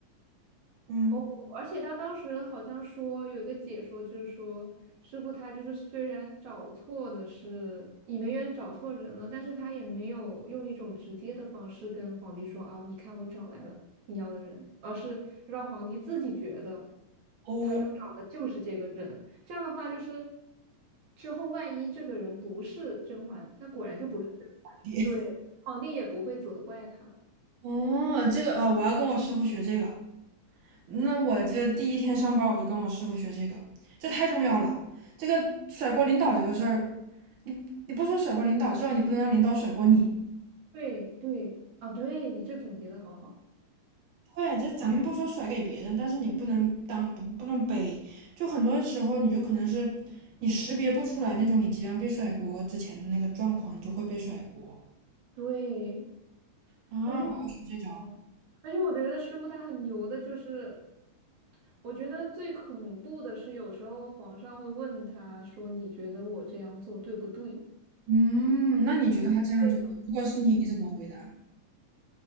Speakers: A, on the right; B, on the right.
A: 嗯，
B: 哦，而且他当时好像说有一个解说，就是说师傅他就是虽然找错的是倚梅园找错人了，但是他也没有用一种直接的方式跟皇帝说啊，你看我找来了你要的人，而是让皇帝自己觉得
A: 哦，
B: 他要找的就是这个人。这样的话，就是之后万一这个人不是甄嬛，那果然就不是甄嬛，
A: <laughs>
B: 对，皇帝也不会责怪他。
A: 哦，这个呃，我要跟我师傅学这个。那我这第一天上班，我就跟我师傅学这个，这太重要了。这个甩锅领导这个事儿，你不说甩锅领导，至少你不能让领导甩锅你。
B: 对对，啊，对你这总结的好好。
A: 对，这咱们不说甩给别人，但是你不能当不不能背。就很多时候，你就可能是你识别不出来那种你即将被甩锅之前的那个状况，你就会被甩锅
B: 对，
A: 啊！我要学这招。
B: 但是，嗯，而且我觉得师傅他很牛的，就是我觉得最恐怖的是，有时候皇上会问他说：“你觉得我这样做对不对？”
A: 嗯，那你觉得他这样做，
B: 对呢。
A: 如果是你，你怎么回答？